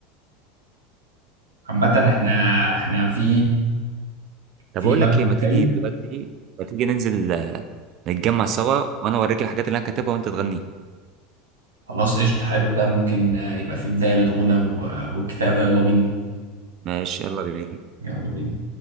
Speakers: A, on the right; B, on the right.
A: عامه احنا احنا في
B: طب
A: في
B: اقول
A: لاين
B: لك ايه ما تيجي
A: جاي
B: دلوقتي ما تيجي ننزل آه، نتجمع سوا وانا اوريك الحاجات اللي انا كاتبها وانت تغني
A: خلاص قشطه حلو ده ممكن آه، يبقى في بدايه للغنى و... والكتابه يلا بينا
B: ماشي يلا بينا
A: يلا بينا